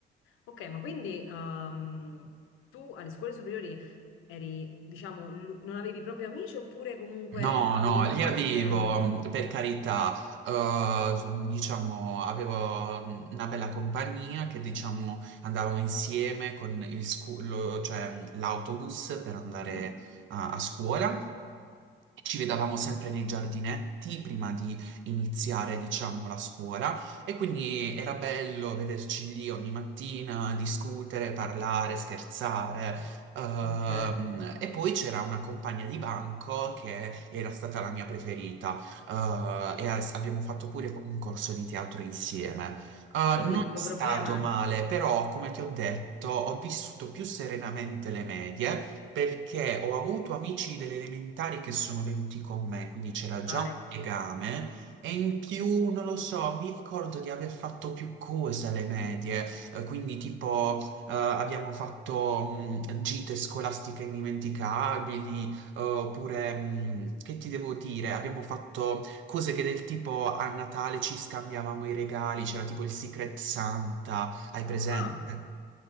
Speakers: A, on the left; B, on the right.
A: Ok, ma quindi ehm, tu alle scuole superiori eri, diciamo, l'u- non avevi proprio amici oppure comunque
B: No,
A: avevi
B: no, li
A: qualche...
B: avevo, per carità, eh, diciamo, avevo una bella compagnia che, diciamo, andavamo insieme con il scu- lo- cioè, l'autobus per andare
A: Mhm.
B: a a scuola. Ci vedevamo sempre nei giardinetti prima di iniziare, diciamo, la scuola e quindi
A: Mm.
B: era bello vederci lì ogni mattina, discutere, parlare, scherzare. Ehm,
A: Ok,
B: e poi c'era una compagna di banco che era stata la mia preferita, eh, e as- abbiamo fatto pure un corso di teatro insieme. Eh,
A: quindi
B: non
A: il
B: è
A: tuo
B: stato
A: problema...
B: male, però, come ti ho detto, ho vissuto più serenamente le medie perché ho avuto amici delle elementari che sono venuti con me, quindi c'era
A: Ah,
B: già un
A: ecco,
B: legame. E in
A: ecco.
B: più, non lo so, mi ricordo di aver fatto più cose alle medie, eh, quindi tipo eh, abbiamo fatto mh, gite scolastiche indimenticabili, eh, oppure, mh, che ti devo dire, abbiamo fatto cose che del tipo a Natale ci scambiavamo i regali, c'era tipo il Secret Santa, hai presente?
A: Ah,